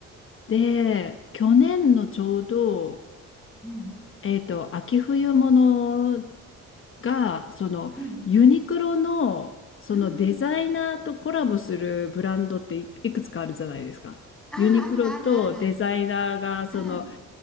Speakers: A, on the left; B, in the centre.
A: で、去年のちょうど、
B: うんうん
A: えっと、秋冬物が、そのユニクロのそのデザイナーとコラボするブランドっていいくつかあるじゃないですか。
B: うんうんうん。ああ、
A: ユニクロとデザイナーがその
B: あるあるある。うん。